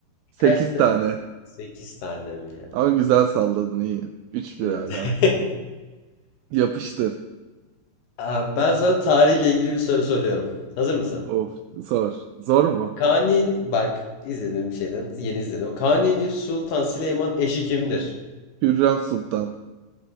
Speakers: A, on the right; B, on the left.
A: 8
B: Kaçtı?
A: tane.
B: 8 tane mi ya?
A: Ama güzel salladın iyi. Üç
B: Evet.
A: 1 hala.
B: <laughs>
A: Yapıştır.
B: Abi ben sana tarihle ilgili bir soru soruyorum. Hazır mısın?
A: Of zor. Zor mu?
B: Kanun bak izlediğim şeyden yeni izledim. Kanuni Sultan Süleyman eşi kimdir?
A: Hürrem Sultan.